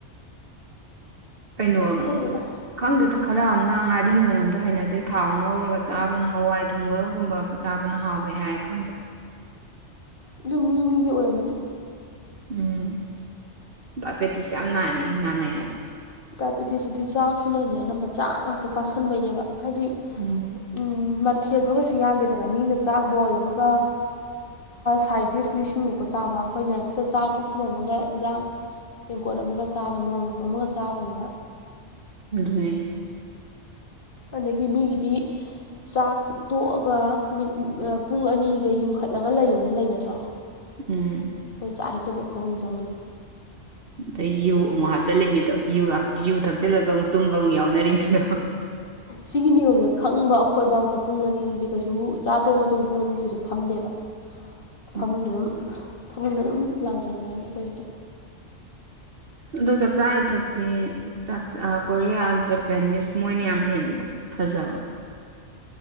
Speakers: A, on the right; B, on the left.
A: ꯀꯩꯅꯣ
B: ꯈꯪꯗꯦꯗ
A: ꯈꯪꯗꯦꯗ ꯈꯔ ꯑꯃꯝꯅ ꯉꯥꯔꯤ ꯃꯅꯝꯗꯣ ꯍꯩꯅꯗꯦ ꯊꯥꯎ ꯉꯧꯔꯒ ꯆꯥꯕꯅ ꯍꯋꯥꯏ ꯊꯣꯡꯕꯒꯨꯝꯕ ꯆꯥꯕꯅ ꯍꯥꯎꯋꯦ ꯍꯥꯏ ꯈꯪꯗꯦ
B: ꯑꯗꯨꯝ ꯃꯤ ꯃꯤꯒꯤ ꯑꯣꯏꯔꯝꯃꯅꯤ
A: ꯎꯝ ꯗꯥꯏꯕꯦꯇꯤꯁ ꯌꯥꯝ ꯅꯥꯏꯔꯦ ꯅꯥꯟꯅꯩ ꯍꯥꯏꯕ
B: ꯗꯥꯏꯕꯦꯇꯤꯁꯁꯤꯗꯤ ꯆꯥꯛꯁꯤꯅꯅꯦ ꯑꯅꯝꯕ ꯆꯥꯛ ꯉꯥꯛꯇ ꯆꯥꯁꯟꯕꯩꯅꯦꯕ ꯍꯥꯏꯗꯤ
A: ꯎꯝ
B: ꯎꯝ ꯃꯊꯦꯜꯗꯨ ꯀꯩꯁꯨ ꯌꯥꯝꯗꯦꯗꯅ ꯃꯤꯅ ꯆꯥꯛ ꯕꯣꯜ ꯑꯃꯒ ꯁꯥꯏꯠꯗꯤꯁ ꯂꯤꯁꯤꯡꯃꯨꯛꯀ ꯆꯥꯕ ꯑꯩꯈꯣꯏꯅ ꯍꯦꯛꯇ ꯆꯥꯛ ꯄꯨꯨꯛ ꯈꯝꯃꯝꯃꯒ ꯏꯟꯁꯥꯡ ꯇꯦꯡꯀꯣꯠ ꯑꯃꯒ ꯆꯥꯕ ꯃꯣꯔ ꯃꯞꯄ ꯑꯃꯒ ꯆꯥꯕꯅꯤꯅ
A: ꯑꯗꯨꯅꯦ
B: ꯑꯗꯒꯤ ꯃꯤꯒꯤꯗꯤ ꯆꯥꯛ ꯇꯣꯛꯑꯒ ꯃꯤꯠ ꯄꯨꯡ ꯑꯅꯤꯁꯦ ꯌꯨꯝꯈꯠꯂꯒ ꯂꯩꯌꯣꯅ ꯂꯩꯅꯗ꯭ꯔꯣ
A: ꯎꯝ
B: ꯍꯈꯣꯏ ꯆꯥꯛ ꯑꯇꯣꯞꯄ ꯐꯐꯝ ꯆꯪꯒꯅꯤ
A: ꯑꯗꯩ ꯨ ꯑꯃꯨꯛ ꯍꯥꯞꯆꯤꯜꯜꯂꯤꯃꯤꯗꯣꯨ ꯖꯨ ꯊꯛꯆꯤꯂꯒ ꯑꯃꯨꯛ ꯇꯨꯝꯕ ꯑꯃꯨꯛ ꯌꯥꯎꯅꯔꯤꯃꯤꯗꯣ
B: ꯁꯤꯒꯤ ꯅꯤꯌꯣꯝꯁ ꯈꯪꯕ ꯑꯩꯈꯣꯏꯕꯥꯥꯎꯗ ꯄꯨꯡ ꯑꯅꯤꯁꯦ ꯀꯩꯁꯨ ꯆꯥꯊꯣꯛꯑ ꯃꯇꯨꯡ ꯄꯨꯡ ꯑꯅꯤꯁꯦ ꯀꯩꯁꯨ ꯐꯝꯗꯦꯕ
A: <unintelligible>
B: ꯐꯃꯨꯡꯗ ꯑꯗꯨꯝ ꯐꯃꯨꯡꯗ ꯑꯗꯨꯝ ꯂꯥꯝ ꯆꯟꯕ꯭ꯔꯅꯤ ꯑꯩꯈꯣꯏꯗꯨꯗꯣ
A: ꯑꯗꯣ ꯆꯥꯛꯆꯥ ꯏꯊꯛꯇꯤ ꯆꯥꯛ ꯆ ꯀꯣꯔꯤꯌꯥ ꯖꯄꯦꯅꯤꯁ ꯃꯣꯏꯅ ꯌꯥꯝ ꯍꯦꯜꯂꯤꯗꯣ ꯐꯖꯕꯦ